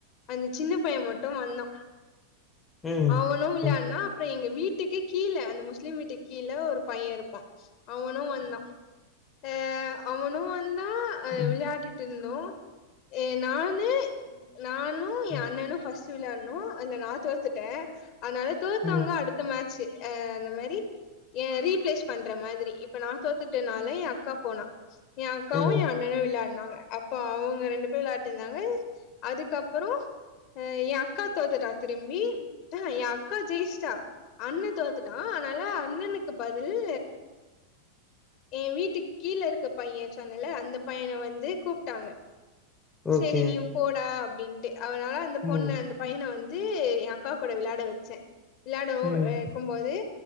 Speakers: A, on the left; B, on the left.
A: அந்த சின்ன பைய மட்டு வந்தா
B: ம்
A: அவனு விள்யான்னா
B: ம்
A: அப்ற எங்க வீட்டுக்கே கீழ அந்த முஸ்லீம் வீட்டுக் கீழ ஒரு பைய இருப்பா அவனு வந்தா அ அவனு வந்தா அ
B: ம்
A: விள்யாடிட் டுர்தோ எ நானு நானு ஏ
B: ம்
A: அண்ணனு ஃபஸ் து விள்யாட்ணு அதுல நா தோத்துட்ட அத்னால தோத்தவ்ங்க
B: ம்
A: அடுத் த்த மேச்சி அ அந்த மரி ஏ ரீப்ளேஸ் பண்ற மாத்ரி இப் இப்ப நா தோத்துட்டேனால ஏ அக்கா போனா ஏஅக்காவு
B: ம் ம் ம்.
A: ஏ அண்ணனு விள்யாட்னாங்க அப் ப அவுங்க ரெண்டு பேர் விள்ளாட்டிந்தாங்க அதுக்கப்புறோ அ ஏஅக்கா தோத்துட்டா திலிம்பி அ ஹ ஏ அக்கா ஜெயிஷ்ட்டா அண்ண தோத்துட்டா அனால ன்னக்கு பதில்லு ஏ வீட்டுக்கு கீழ இருக்க பைய சொன்னல அந்த பையன வந்து கூப்ட்டாங்க செரி
B: ஓகே
A: நீயு போடா அப்டின்ட்டு அவுனால அந்த பொண்ணு
B: ம்
A: அந்த பையன வந்து யா கா கூட விள்ளாட வச்ச விள்ளாடவு
B: ம்
A: வெ க்கும்போது